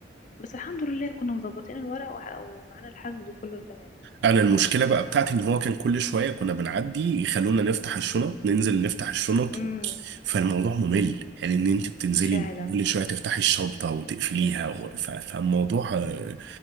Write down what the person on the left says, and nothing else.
بس الحمد لله كنا مظبطين الورق وح- ومعانا الحجز وكله تمام
امم
فعلا